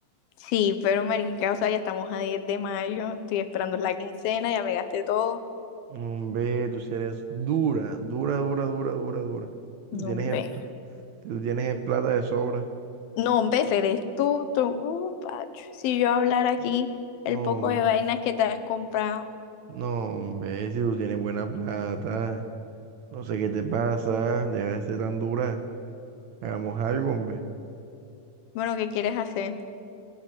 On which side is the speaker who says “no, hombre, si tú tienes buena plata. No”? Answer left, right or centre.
Right